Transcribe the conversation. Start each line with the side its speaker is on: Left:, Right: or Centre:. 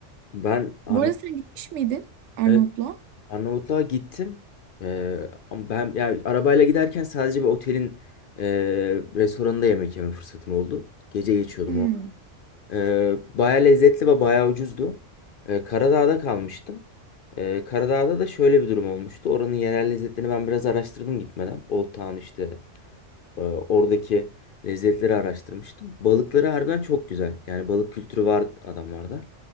Left: Ben Arnavutluk'ta
Right: Bu arada sen gitmiş miydin Arnavutluğa?
Left: Evet, Arnavutluğa gittim. Ee, ama ben yani arabayla giderken sadece bir otelin e, restoranında yemek yeme fırsatım oldu. Gece geçiyordum
Right: Hmm.
Left: orada. Ee, baya lezzetli ve baya ucuzdu. Ee, Karadağ'da kalmıştım. Ee, Karadağ'da da şöyle bir durum olmuştu. Oranın yerel lezzetlerini ben biraz araştırdım gitmeden. Old Town işte e, oradaki lezzetleri araştırmıştım. Balıkları harbiden çok güzel. Yani balık kültürü var adamlarda.